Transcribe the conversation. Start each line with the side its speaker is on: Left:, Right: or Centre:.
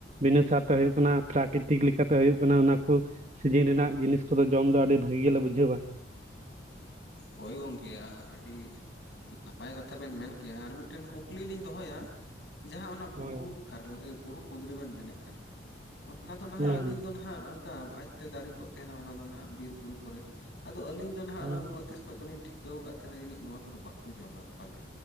Right: ᱵᱤᱱᱟᱹ ᱥᱟᱨᱛᱮ ᱦᱩᱭᱩᱜ ᱠᱟᱱᱟ ᱯᱨᱟᱠᱨᱤᱛᱤᱠ ᱞᱮᱠᱟᱛᱮ ᱦᱩᱭᱩᱜ ᱠᱟᱱᱟ ᱚᱱᱟ ᱠᱚ ᱥᱤᱡᱤᱱ ᱨᱮᱱᱟᱜ ᱡᱤᱱᱤᱥ ᱠᱚᱫᱚ ᱡᱚᱢ ᱫᱚ ᱟᱹᱰᱤ ᱵᱷᱟᱹᱜᱤ ᱜᱮᱞᱮ ᱵᱩᱡᱷᱟᱹᱣᱟ
Left: ᱦᱳᱭ ᱜᱚᱝᱠᱮ ᱟᱹᱰᱤ ᱱᱟᱯᱟᱭ ᱠᱟᱛᱷᱟ ᱵᱮᱱ ᱢᱮᱱ ᱠᱮᱜ-ᱟ ᱟᱨ ᱢᱤᱫᱴᱮᱱ ᱠᱩᱠᱞᱤ ᱞᱤᱧ ᱫᱚᱦᱚᱭᱟ ᱡᱟᱦᱟᱸ ᱚᱱᱟ
Right: ᱦᱳᱭ
Left: ᱵᱩᱨᱩ ᱠᱟᱨᱞᱟ ᱮᱜ ᱵᱩᱨᱩ ᱠᱩᱸᱫᱽᱨᱤ ᱵᱮᱱ ᱢᱮᱱᱮᱫ ᱠᱟᱱ ᱚᱱᱟ ᱫᱚ ᱱᱟᱦᱟᱜ
Right: ᱦᱩᱸ
Left: ᱟᱞᱤᱧ ᱫᱚ ᱱᱟ ᱦᱟᱸᱜ ᱚᱱᱠᱟ ᱟᱡᱛᱮ ᱫᱟᱨᱮ ᱠᱚᱜ ᱛᱟᱦᱮᱱᱟ ᱚᱱᱟ ᱫᱚ ᱱᱟᱦᱟᱜ ᱵᱤᱨ ᱵᱩᱨᱩ ᱠᱚᱨᱮ ᱟᱫᱚ ᱟᱹᱞᱤᱧ ᱫᱚ ᱱᱟᱦᱟᱜ
Right: ᱦᱩᱸ
Left: ᱚᱱᱟ ᱩᱱᱟᱹᱜ ᱛᱤᱥ ᱠᱷᱚᱡ ᱫᱚᱞᱤᱧ ᱴᱷᱤᱠᱟᱹᱣ ᱠᱟᱜ ᱛᱟᱦᱮᱸᱱᱟ ᱡᱟᱹᱱᱤᱡ ᱱᱚᱣᱟ ᱠᱚᱫᱚ ᱵᱟᱠᱚ ᱡᱚᱢᱟ ᱯᱟᱞᱮ